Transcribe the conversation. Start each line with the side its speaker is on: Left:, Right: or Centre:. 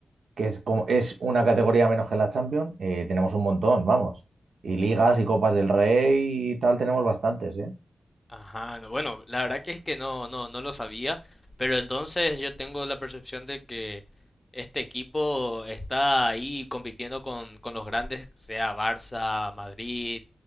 Right: que es como es una categoría menos que la Champions, eh, tenemos un montón, vamos. Y ligas y Copas del Rey y tal tenemos bastantes, ¿eh?
Left: Ajá, no, bueno, la verdad que es que no, no, no lo sabía, pero entonces yo tengo la percepción de que este equipo está ahí compitiendo con, con los grandes, sea Barça, Madrid,